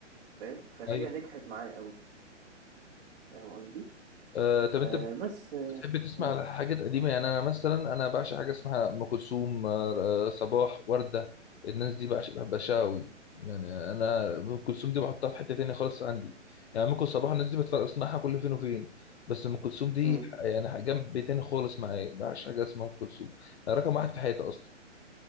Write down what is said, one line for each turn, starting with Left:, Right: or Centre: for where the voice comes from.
Right: فاهم؟ فهي
Left: ايوه
Right: نجحت معاه قوي فاهم قصدي؟
Left: آه طب
Right: آه
Left: انت
Right: بس آه
Left: بتحب تسمع
Right: م-
Left: حاجات قديمه يعني انا مثلا انا بعشق حاجه اسمها ام كلثوم آه آه، صباح ورده الناس دي بعشق بعشقها قوي يعني انا ام كلثوم دي بحطها في حته تانية خالص عندي يعني ممكن صباح الناس دي بتفرق بسمعها كل فين وفين بس ام كلثوم دي
Right: م-
Left: يعني جنب تاني خالص معايا بعشق حاجه اسمها ام كلثوم رقم واحد في حياتي اصلا